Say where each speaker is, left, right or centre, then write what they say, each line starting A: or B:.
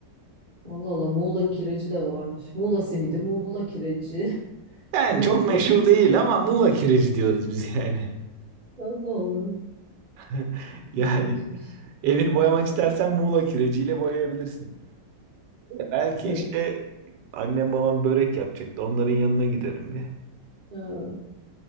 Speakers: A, on the right (about 45°); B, on the right (about 75°).
A: Allah Allah Muğla kireci de varmış. Muğla simidi, Muğla kireci, <laughs>
B: Yani
A: Muğla
B: çok
A: köftesi.
B: meşhur değil ama Muğla kireci diyoruz biz yani.
A: Allah Allah.
B: <laughs> Yani
A: İlginçmiş.
B: evini boyamak istersen Muğla kireciyle boyayabilirsin. Belki
A: <laughs> Evet.
B: işte annem babam börek yapacaktı. Onların yanına giderim bir.
A: Ha,